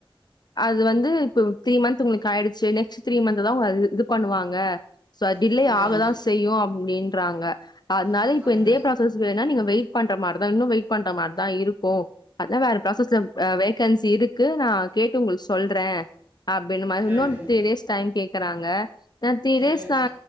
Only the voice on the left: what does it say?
அது வந்து இப்ப த்ரீ மந்த்த் உங்ளுக்கு ஆயிடுச்சு நெக்ஸ்ட் த்ரி மந்த் தா உங்க இது பண்ணுவாங்க சோ அ
டிலே ஆகதா செய்யு அப்டின்றாங்க அதனால
இப்ப இந்தே ப்ராசஸ் வேன்னா நீங்க வெயிட் பண்ற மாரி தா இன்னு வெயிட் பண்ற மாரி தா இருக்கு அதெல்லா வேற ப்ராசஸ்ல அ வெ வேக்கன்சி இருக்கு நா கேட்டு உங்களுக்கு சொல்றே அப்டின்னு மாரி
இன்னொர் த்ரி டேஸ் டைம் கேக்குறாங்க நா த்ரீ டேஸ்ன்
நா